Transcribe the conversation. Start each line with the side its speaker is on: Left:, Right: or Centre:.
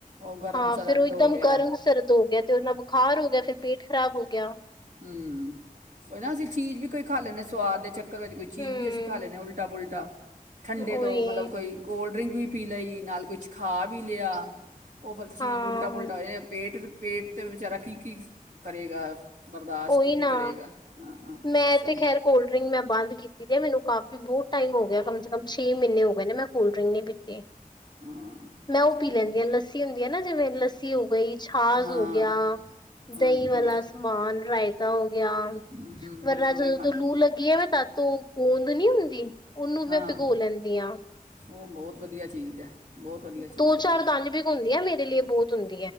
Right: ਉਹ ਗਰਮ
Left: ਹਾਂ
Right: ਸਰਦ
Left: ਫੇਿਰ ਉਹ ਇੱਕਦਮ
Right: ਹੋ ਗਿਆ
Left: ਗਰਮ ਸਰਦ ਹੋ ਗਿਆ ਤੇ ਉਹਨਾਂ ਹਾਰ ਹੋ ਗਿਆ ਫਿਰ ਪੀਠ ਖ਼ਰਾਬ ਹੋ ਗਿਆ
Right: ਹਮ ਉਹ ਨਾ ਅਸੀਂ ਚੀਜ਼ ਵੀ ਕੋਈ ਖਾ ਲੈਂਦੇ ਸਵਾਦ ਦੇ ਚੱਕਰ ਘਰ ਵਿੱਚ ਕੋਈ ਚੀਜ਼
Left: ਹਮ
Right: ਵੀ ਅਸੀਂ ਖਾ ਲੈਂਦੇ ਹਾਂ ਉਲਟਾ ਪੁਲਟਾ ਠੰਡੇ
Left: ਉਹੀ
Right: ਤੋਂ ਮਤਲਬ ਕੋਈ ਕੋਲਡ ਡਰਿੰਕ ਵੀ ਪੀ ਲਈ ਨਾਲ ਕੁਛ ਖਾ ਵੀ ਲਿਆ ਉਹ ਫਿਰ ਚੀਜ਼
Left: ਹਾਂ
Right: ਉਲਟਾ ਪੁੁਲਟਾ ਇਹਦਾ ਪੇਟ ਪੇਟ 'ਤੇ ਵਿਚਾਰਾ ਕੀ ਕੀ ਕਰੇਗਾ ਬਰਦਾਸ਼ਤ
Left: ਉਹੀ
Right: ਕੀ ਕੀ
Left: ਨਾ
Right: ਕਰੇਗਾ ਹਾਂ ਹਾਂ
Left: ਮੈਂ
Right: ਸਹੀ
Left: ਤੇ ਖੈਰ ਕੋਲਡ ਡਰਿੰਕ ਮੈਂ ਬੰਦ ਕੀਤੀ ਤੇ ਮੈਨੂੰ ਕਾਫੀ ਬਹੁਤ ਟਾਈਮ ਹੋ ਗਿਆ ਕਮ ਸੇ ਕਮ ਛੇ ਮਹੀਨੇ ਹੋ ਮੈਂ ਕੋਲਡ ਡਰਿੰਕ ਨਹੀਂ ਪੀਤੀ
Right: ਹਾਂ
Left: ਮੈਂ ਉਹ
Right: ਠੀਕ
Left: ਪੀ ਲੈਂਦੀ ਹ ਲੱਸੀ ਹੁੰਦੀ ਹੈ ਨਾ। ਜਿਵੇਂ ਲੱਸੀ ਹੋ ਗਈ ਛਾਚ
Right: ਹਾਂ
Left: ਹੋ ਗਿਆ
Right: ਹਾਂਜੀ
Left: ਦਹੀਂ ਵਾਲਾ ਸਮਾਨ। ਫਾਇਦਾ ਹੋ। ਗਿਆ
Right: ਹੂੰ ਹੂੰ
Left: ਵਰਨਾ
Right: ਬਿਲਕੁਲ
Left: ਜਦੋਂ
Right: ਉਹੀ ਖਾਣਾ
Left: ਤੋਂ ਲੂ ਲੱਗੀ ਆ ਮੈਂ ਤਦ ਤੋਂ ਗੂੰਦ ਨੀ ਹੁੰਦੀ ਉਹਨੂੰ
Right: ਹਾਂ
Left: ਮੈਂ ਭਿਗੋ ਲੈਂਦੀ ਹਾਂ।
Right: ਉਹ ਬਹੁਤ ਵਧੀਆ ਚੀਜ਼ ਹੈ ਬਹੁਤ ਵਧੀਆ ਚੀਜ਼
Left: ਦੋ
Right: ਹੈ
Left: ਚਾਰ ਦਾਣੇ ਭਿਗੁੰਦੀਆ ਨੇ ਆ ਮੇਰੀ ਲਈ ਬਹੁਤ ਹੁੰਦਾ।